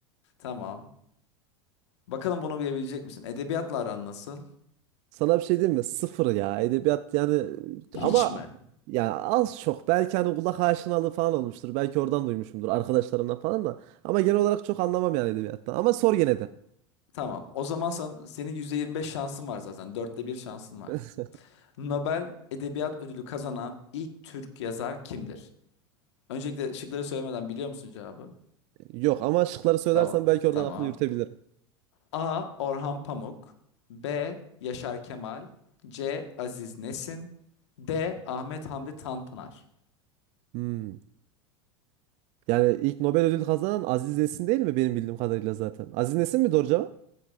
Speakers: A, on the left (about 75°); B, on the right (about 50°).
A: Tamam. Bakalım bunu bilebilecek misin? Edebiyatla aran nasıl?
B: Sana bir şey diyeyim mi? Sıfır ya. Edebiyat yani e,
A: Hiç
B: ama
A: mi?
B: ya az çok belki hani kulak aşinalığı falan olmuştur. Belki oradan duymuşumdur arkadaşlarımdan falan da. Ama genel olarak çok anlamam yani edebiyattan. Ama sor gene de.
A: Tamam. O zaman sen, senin %25 şansın var zaten. Dörtte bir şansın var.
B: <laughs>
A: Nobel Edebiyat Ödülü kazanan ilk Türk yazar kimdir? Öncelikle şıkları söylemeden biliyor musun cevabı?
B: Yok ama şıkları söylersen
A: Tamam.
B: belki oradan
A: Tamam.
B: aklı yürütebilirim.
A: A. Orhan Pamuk B. Yaşar Kemal C. Aziz Nesin D. Ahmet Hamdi Tanpınar
B: Hmm. Yani ilk Nobel ödülü kazanan Aziz Nesin değil mi benim bildiğim kadarıyla zaten? Aziz Nesin mi doğru cevap?